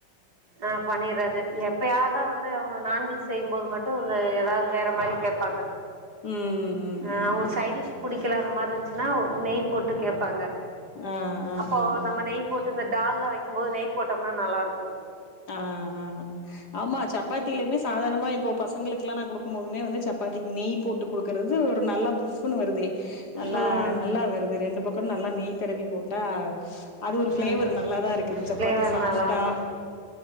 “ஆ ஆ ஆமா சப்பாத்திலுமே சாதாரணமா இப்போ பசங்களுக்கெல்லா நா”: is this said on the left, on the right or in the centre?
Left